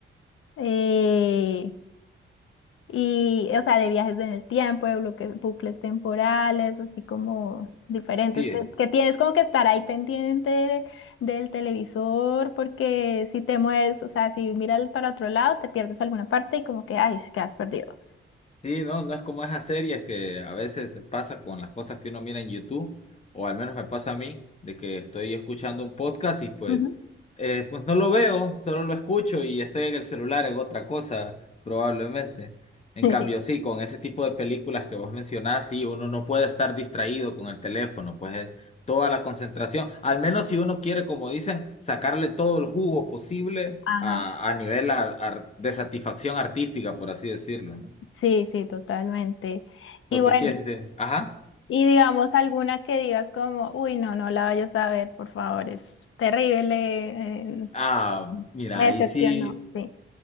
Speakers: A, on the left; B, on the left.
A: eh, Y, o sea, de viajes en el tiempo, de bloque- bucles temporales, así como diferentes,
B: Sí,
A: que, que tienes como que estar ahí pendiente de- del televisor, porque si te mueves, o sea, si miras para otro lado, te pierdes alguna parte y como que, ay, que has perdido.
B: Sí, no, no es como esas series que a veces pasa con las cosas que uno mira en YouTube, o al menos me pasa a mí, de que estoy escuchando un podcast y pues,
A: Ujú.
B: eh, pues no lo veo, solo lo escucho y estoy en el celular en otra cosa, probablemente. En
A: <laughs>
B: cambio, sí, con ese tipo de películas que vos mencionás, sí, uno no puede estar distraído con el teléfono, pues es toda la concentración, al menos si uno quiere, como dicen, sacarle todo el jugo posible
A: Ajá.
B: a, a nivel ar- ar- de satisfacción artística, por así decirlo, ¿no?
A: Sí, sí, totalmente.
B: Porque
A: Y bueno,
B: sí es este. Ajá.
A: y digamos alguna que digas como, uy, no, no la vayas a ver, por favor, es terrible, eh,
B: Ah, mira,
A: me
B: ahí
A: decepcionó,
B: sí
A: sí.